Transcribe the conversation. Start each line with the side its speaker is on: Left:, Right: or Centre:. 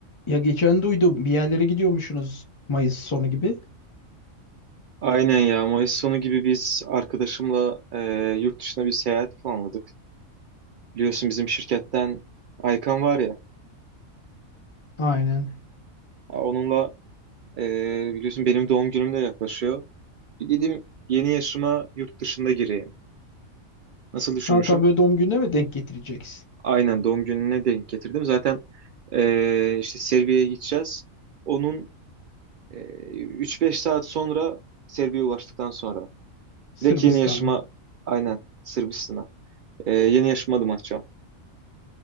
Left: Ya geçen duydum bir yerlere gidiyormuşsunuz Mayıs sonu gibi.
Right: Aynen ya Mayıs sonu gibi biz arkadaşımla e, yurt dışına bir seyahat planladık. Biliyorsun bizim şirketten Aykan var ya
Left: Aynen.
Right: ya onunla e, biliyorsun benim doğum günüm de yaklaşıyor. Bir Dedim yeni yaşıma yurt dışında gireyim. Nasıl düşünmüşüm?
Left: Ha tam böyle doğum gününe mi denk getireceksin?
Right: Aynen doğum gününe denk getirdim. Zaten e, işte Serbia'ya gideceğiz. Onun e, 3-5 saat sonra Serbia'ya ulaştıktan sonra
Left: Sırbistan'a.
Right: direkt yeni yaşıma aynen Sırbistan'a e, yeni yaşıma adım atacağım.